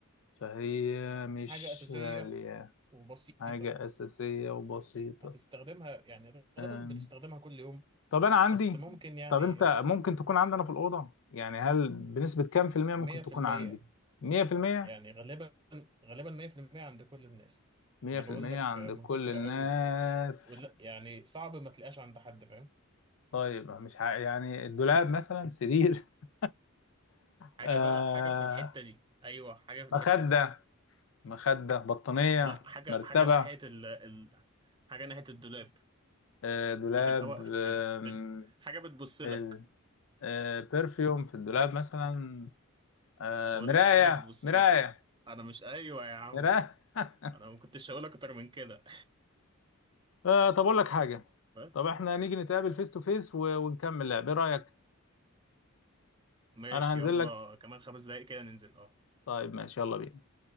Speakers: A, on the left; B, on the right.
A: فهي مش
B: حاجة أساسية
A: غالية
B: وبسيطة
A: حاجة أساسية وبسيطة
B: هتستخدمها يعني
A: آم،
B: غالبا بتستخدمها كل يوم
A: طب أنا عندي
B: بس ممكن يعني
A: طب أنت ممكن تكون عندنا في الأوضة يعني هل بنسبة كام في المية ممكن
B: مية
A: تكون
B: في المية
A: عندي؟ مية في المية؟
B: يعني غالبا غالبا 100% عند كل الناس
A: مية
B: انا
A: في
B: بقول
A: المية
B: لك
A: عند
B: منتشره
A: كل الناس
B: قوي ولا يعني صعب ما تلاقيهاش عند حد فاهم
A: طيب مش ع... يعني الدولاب مثلا سرير <laughs>
B: حاجة
A: آه
B: بقى حاجة في الحتة دي أيوة حاجة في الحتة
A: مخدة
B: دي
A: مخدة بطانية
B: لا حاجة
A: مرتبة
B: حاجة ناحية ال ال حاجة ناحية الدولاب
A: آه دولاب
B: بتبقى واقفة
A: آم،
B: كده بت... حاجة بتبص لك
A: ال- آه برفيوم في الدولاب مثلا آه
B: بقول
A: مراية
B: لك حاجة بتبص
A: مراية
B: لك أنا مش أيوة يا عم
A: مراية <laughs>
B: أنا ما كنتش هقول لك أكتر من كده
A: آه طب أقول لك حاجة
B: <laughs> بس
A: طب احنا نيجي نتقابل فيس تو فيس ونكمل لعب ايه رأيك؟
B: ماشي
A: أنا هنزل
B: يلا
A: لك
B: كمان خمس دقايق كده ننزل أه
A: طيب ماشي يلا بينا